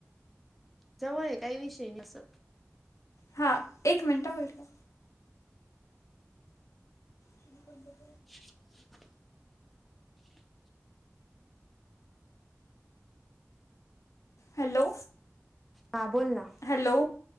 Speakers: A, in the centre; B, on the left.
A: जवळ आहे काही विषय अस
B: हां एक मिनटं होईल का ण <unintelligible>
A: <unintelligible>
B: हॅलो
A: हां बोल ना
B: हॅलो